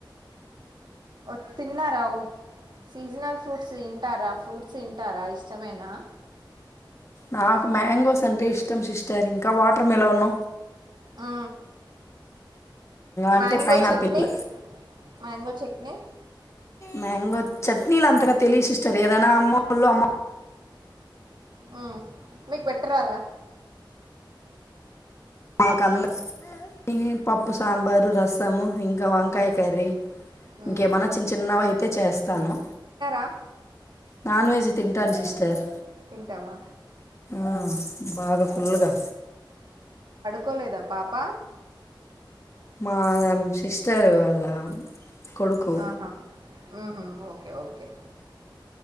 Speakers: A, on the right; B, on the left.
A: ఓ తిన్నారా అవును సీజనల్ ఫ్రూట్స్ తింటారా ఫ్రూట్స్ తింటారా ఇష్టమేనా
B: నాకు మ్యాంగోస్ అంటే ఇష్టం సిస్టర్ ఇంకా వాటర్ మీలోన్
A: ఆ
B: అంటే
A: mango
B: pineapple
A: chutney mango chutney
B: mango చట్నీలు అంతగా తెలియదు సిస్టర్ ఏదైనా అమ్మోలు అమ్మో
A: ఆ మీకు పెట్టరాదా
B: మాకంద ఈ పప్పు సాంబారు రసము ఇంకా వంకాయ
A: మ్మ్.
B: కర్రీ
A: మ్మ్.
B: ఇంకేమన్నా చిన్న చిన్నవి అయితే చేస్తాను
A: అ
B: నాన్ వెజ్ తింటాను సిస్టర్
A: తింటావా
B: ఆ బాగా ఫుల్గా
A: కోలేదా పాప
B: మా సిస్టర్ వాళ్ళ కొడుకు
A: ఆహా <unintelligible> ఓకే ఓకే